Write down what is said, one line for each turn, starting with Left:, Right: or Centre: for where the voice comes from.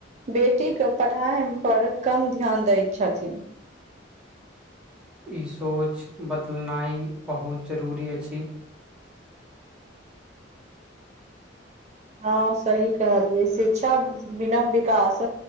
Right: बेटी के पढ़ाएम पर कम ध्यान दै छथिन।
Centre: ई सोच बदलनाइ बहुत जरुरी अछि।
Right: हांँ सही कहलियै शिक्षा बिना विकास